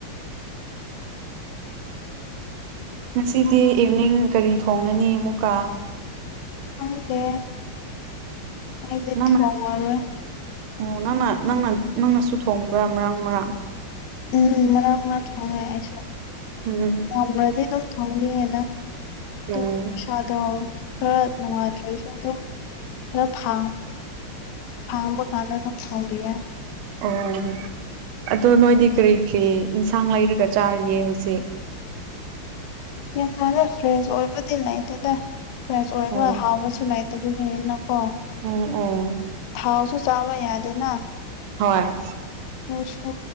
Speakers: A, on the right (about 80°); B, on the left (about 75°).
A: ꯉꯁꯤꯗꯤ ꯏꯚꯅꯤꯡ ꯀꯔꯤ ꯊꯣꯡꯉꯅꯤ ꯑꯃꯨꯛꯀ
B: ꯈꯪꯗ‌ꯦ ꯑꯩꯗꯤ
A: ꯅꯪꯅ
B: ꯊ‌ꯣꯡ ꯉ‌ꯣꯏꯌ‌ꯦ
A: ꯑꯣ ꯅꯪꯅ ꯅꯪꯅ ꯅꯪꯅꯁꯨ ꯊꯣꯡꯕ꯭ꯔꯥ ꯃꯔꯥꯡ ꯃꯔꯥꯡ
B: ꯎꯝ ꯃꯔꯛ ꯃꯔꯛ ꯊꯣꯡꯉꯦ ꯑꯩꯁꯨ
A: ꯎꯝ
B: ꯇꯟꯗ꯭ꯔꯗꯤ ꯑꯗꯨꯝ ꯊ‌ꯣꯡꯉ‌ꯦꯗ ꯑꯗ‌ꯣ
A: ꯑꯣ
B: ꯏꯁꯥꯗ‌ꯣ ꯈꯔ ꯅꯨꯡꯉꯥꯏꯇ꯭ꯔꯁꯨ ꯑꯗꯨꯝ ꯈꯔ ꯐꯥꯡ ꯐꯥꯡꯕ ꯀꯥꯟꯗ ꯑꯗꯨꯝ ꯊ‌ꯣꯡꯕꯤꯌ‌ꯦ
A: ꯑꯣ ꯑꯗꯣ ꯅꯣꯏꯗꯤ ꯀꯔꯤ ꯀꯔꯤ ꯏꯟꯁꯥꯡ ꯂꯩꯔꯒ ꯆꯥꯔꯤꯌꯦ ꯍꯧꯖꯤꯛ
B: ꯌꯥꯝꯟ ꯀꯥꯅ ꯐ꯭ꯔꯦꯁ ꯑꯣꯏꯕꯗꯤ ꯂꯩꯇꯦꯗ ꯐ꯭ꯔꯦꯁ ꯑꯣꯏꯕ
A: ꯑꯣ
B: ꯍꯥꯎꯕꯁꯨ ꯂꯩ <unintelligible> ꯅꯤ ꯅꯥ ꯀꯣ
A: ꯎꯝ ꯎꯝ
B: ꯊꯥꯎꯁꯨ ꯆꯥꯕ ꯌꯥꯗꯦꯅ
A: ꯍꯣꯏ
B: ꯃꯁꯨ